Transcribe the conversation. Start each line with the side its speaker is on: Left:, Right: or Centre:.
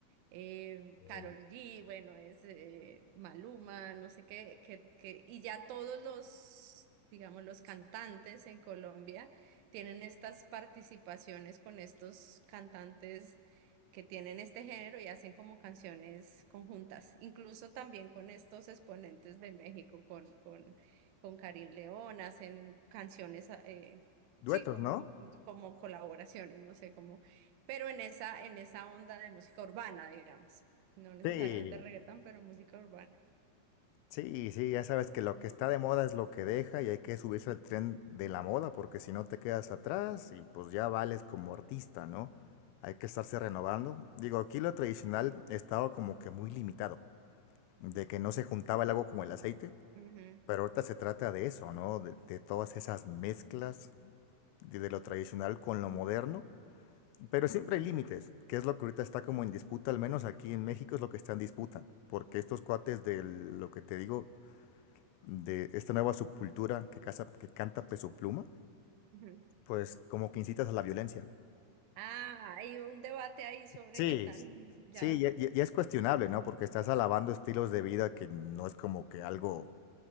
Right: eh,
Left: Eh,
Right: Karol G, bueno, es eh, Maluma, no sé qué, qué, qué, y ya todos los, digamos, los cantantes en Colombia tienen estas participaciones con estos cantantes que tienen este género y hacen como canciones conjuntas, incluso también con estos exponentes de México, con, con, con Karin León, hacen canciones, eh,
Left: duetos,
Right: sí, como,
Left: ¿no?
Right: co- como colaboraciones, no sé, cómo pero en esa, en esa onda de música urbana, digamos. No necesariamente
Left: Sí.
Right: reggaetón, pero música urbana.
Left: Sí, sí, ya sabes que lo que está de moda es lo que deja y hay que subirse al tren de la moda porque si no te quedas atrás y pues ya vales como artista, ¿no? Hay que estarse renovando. Digo, aquí lo tradicional estaba como que muy limitado, de que no se juntaba el agua con el aceite
Right: Ujú,
Left: Pero ahorita se trata de eso, ¿no? De, de todas esas mezclas de, de, lo tradicional con lo moderno. Pero siempre hay límites, que es lo que ahorita está como en disputa, al menos aquí en México es lo que está en disputa. Porque estos cuates de lo que te digo, de esta nueva subcultura que, casa, que canta peso pluma,
Right: ujú.
Left: pues como que incitas a la violencia.
Right: Ah, hay un debate ahí sobre
Left: Sí.
Right: qué tan, ya,
Left: Sí, ya, ya, ya es cuestionable, ¿no? Porque estás alabando estilos de vida que no es como que algo